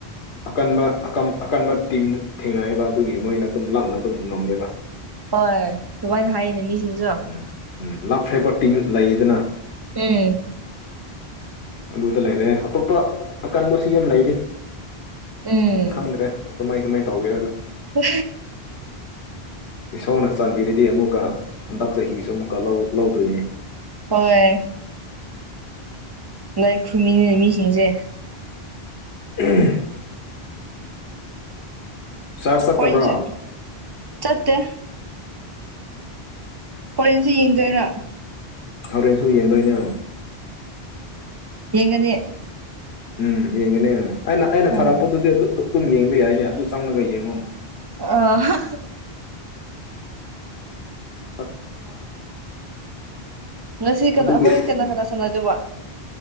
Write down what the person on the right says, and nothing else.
ꯍꯣꯏ ꯊꯋꯣꯏꯅ ꯍꯥꯏꯌꯦꯅꯦ ꯃꯤꯁꯤꯡꯁꯨ
ꯍꯦ
ꯎꯝ
ꯍ
ꯍꯣꯏ ꯂꯥꯏ ꯈꯨ꯭ꯔꯨꯝꯃꯤꯅꯤꯅꯦ ꯃꯤꯁꯤꯡꯁꯦ
ꯍꯣꯏꯁꯨ ꯆꯠꯇꯦ ꯍꯣꯔꯦꯟꯁ ꯌꯦꯡꯖꯣꯏꯔꯥ
ꯌꯦꯡꯉꯗꯤ
ꯑꯣ
ꯑꯍꯍ
<inaudible> ꯉꯁꯤ ꯀꯅꯥ
ꯍꯣꯔꯦꯟ ꯀꯅꯥ
ꯀꯅꯥ ꯁꯥꯟꯅꯗꯣꯏꯕ